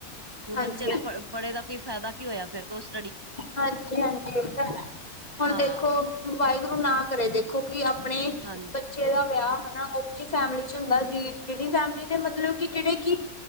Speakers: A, on the right (about 20°); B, on the left (about 25°).
A: ਹੁਣ
B: ਹਾਂਜੀ
A: ਬੱਚੇ ਦੇ ਫ ਪੜ੍ਹੇ ਦਾ ਕੀ ਫਾਇਦਾ, ਕੀ ਹੋਇਆ? ਫਿਰ ਕੁਛ
B: ਹਾਂਜੀ-ਹਾਂਜੀ, ਇਹ ਤਾਂ ਹੈ। ਹੁਣ
A: ਹਾਂ
B: ਦੇਖੋ, ਵਾਹੇਗੁਰੂ ਨਾ ਕਰੇ। ਦੇਖੋ, ਕੀ ਆਪਣੇ
A: ਹਾਂਜੀ।
B: ਬੱਚੇ ਦਾ ਵਿਆਹ ਹਨਾ। ਉਖੀ ਫੈਮਿਲੀ ਚ ਹੁੰਦਾ, ਜ- ਜਿਹੜੀ ਫੈਮਿਲੀ ਦੇ ਮਤਲਬ ਕਿ ਜਿਹੜੇ ਕੀ